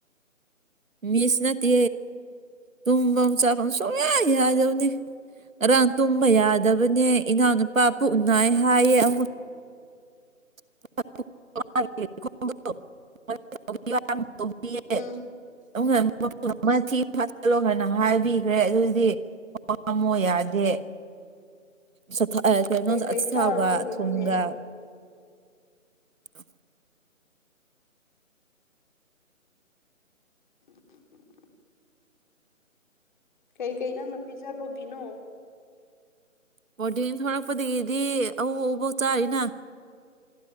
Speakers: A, on the right; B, on the left.
A: ꯃꯤꯁ ꯅꯠꯇꯦ ꯇꯨꯝꯐꯝ ꯆꯥꯐꯝ ꯁꯨꯡꯌꯥ ꯌꯥꯗꯕꯅꯤ ꯉꯔꯥꯡ ꯇꯨꯝꯕ ꯌꯥꯗꯕꯅꯦ ꯏꯅꯥꯎꯅꯨꯄꯥ ꯄꯨꯅꯥꯏ ꯍꯥꯏꯌꯦ ꯑꯃꯨꯛ <unintelligible>
B: ꯎꯝ
A: ꯃꯨꯡ ꯑꯃ ꯊꯤ ꯐꯆꯜꯂꯣ ꯍꯥꯏꯅ ꯍꯥꯏꯕꯤꯈ꯭ꯔꯦ ꯑꯗꯨꯗꯤ꯫ ꯄꯝꯃꯣ ꯌꯥꯗꯦ꯫ ꯀꯣꯗ
B: ꯀꯩꯀꯩ
A: ꯑꯊꯥꯎꯒ
B: ꯆꯥꯔꯨꯕꯒꯤꯅꯣꯅꯦ
A: ꯊꯨꯝꯒ <inaudible>
B: <inaudible> ꯀꯩꯀꯩ ꯅꯪꯅ ꯄꯤꯖꯕꯒꯤꯅꯣ꯫
A: ꯕꯣꯔꯗꯤꯡ ꯊꯣꯔꯛꯄꯗꯒꯤꯗꯤ ꯑꯎ ꯑꯎꯕꯥꯎ ꯆꯥꯔꯤꯅ